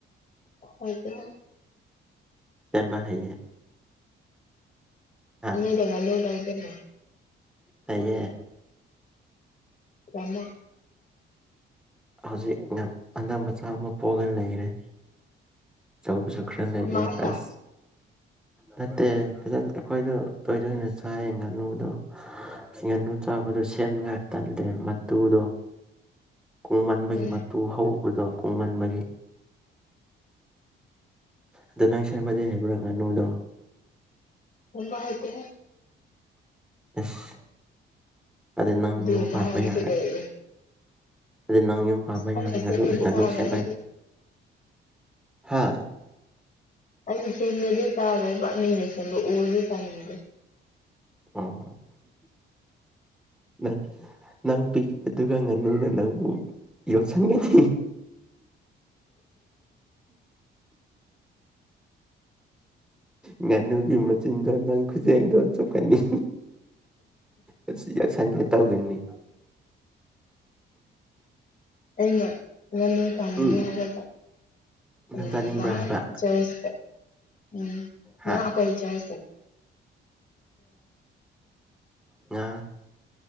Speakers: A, on the left (about 45°); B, in the centre.
A: ꯍꯩꯗ
B: ꯁꯦꯝꯕ ꯍꯩꯌꯦ ꯍꯥ
A: ꯅꯣꯏꯗꯅ ꯅꯣꯏ ꯌꯥꯏ ꯀꯩꯅꯣ
B: ꯍꯩꯌꯦ
A: <unintelligible>
B: ꯍꯧꯖꯤꯛ ꯅꯪ ꯑꯉꯥꯡ ꯃꯆꯥ ꯑꯃ ꯄꯣꯛꯑꯒ ꯂꯩꯔꯦ ꯑꯆꯧꯕꯁꯨ ꯈꯔ ꯂꯩꯔꯦ
A: ꯑꯃꯈꯛꯇ
B: ꯑꯁ ꯅꯠꯇꯦ ꯐꯖꯅ ꯑꯩꯈꯣꯏꯗꯣ ꯇꯣꯏ ꯇꯣꯏꯅ ꯆꯥꯏꯌꯦ ꯉꯥꯅꯨꯗꯣ ꯉꯥꯅꯨ ꯆꯥꯕꯗꯣ ꯁꯦꯝꯕ ꯇꯜꯂꯦ ꯃꯇꯨꯗꯣ ꯀꯨꯡꯃꯟꯕꯒꯤ
A: ꯎꯝ
B: ꯃꯇꯨ ꯍꯧꯕꯗꯣ ꯀꯨꯡꯃꯟꯕꯒꯤ ꯑꯗ ꯅꯪ ꯁꯦꯝꯕꯗꯤ ꯍꯩꯕ꯭ꯔꯥ ꯉꯥꯅꯨꯗꯣ
A: ꯊꯣꯡꯕ ꯍꯩꯇꯦꯍꯦ
B: ꯏꯁ ꯑꯗꯨꯗꯤ ꯅꯪ
A: ꯑꯗꯨꯒꯨꯝꯕ
B: ꯌꯨꯝ ꯄꯥꯟꯕ ꯌꯥꯔꯔꯣꯏ
A: <unintelligible>
B: ꯑꯗꯨ ꯅꯪ ꯌꯨꯝ ꯄꯥꯟꯕ
A: ꯑꯩꯅ
B: ꯌꯥꯔꯣꯏ ꯉꯥꯅꯨ
A: ꯁꯦꯝꯕꯗꯤ
B: ꯉꯥꯅꯨ
A: ꯆꯥꯔꯣꯏ
B: ꯁꯦꯝꯕ
A: ꯑꯩꯗꯤ
B: ꯍꯩꯇ꯭ꯔꯗꯤ ꯍꯥ
A: ꯑꯩꯅ ꯁꯦꯝꯕꯗꯤ ꯆꯥꯔꯣꯏꯕ ꯃꯤꯅ ꯁꯦꯝꯕ ꯎꯔꯁꯨ ꯆꯥꯅꯤꯡꯗꯦ
B: ꯑꯣ ꯅꯪ ꯅꯪ ꯄꯤꯛ ꯑꯗꯨꯒ ꯉꯥꯅꯨꯅ ꯅꯪꯕꯨ ꯌꯣꯠꯁꯟꯒꯅꯤ ꯉꯥꯅꯨꯒꯤ ꯃꯆꯤꯟꯗꯣ ꯅꯪ ꯈꯨꯖꯦꯛ ꯗꯣ ꯆꯨꯞꯀꯅꯤ ꯑꯗꯨ ꯌꯦꯠꯁꯟꯒꯦ ꯇꯧꯒꯅꯤ
A: ꯑꯩꯅ ꯉꯥꯅꯨ ꯆꯥꯅꯤꯡꯉꯦ
B: ꯎꯝ
A: ꯍꯥꯏꯔꯒ
B: ꯅꯪ
A: ꯎꯝ
B: ꯆꯥꯅꯤꯡꯕ꯭ꯔꯥ
A: ꯅꯍꯥꯟ
B: ꯍꯥꯏꯕ
A: ꯆꯔꯁꯆꯇꯥ ꯎꯝ
B: ꯍꯥ
A: ꯅꯥꯍꯥ ꯑꯩꯈꯣꯏ ꯆꯔꯁꯆꯇ
B: ꯉꯥ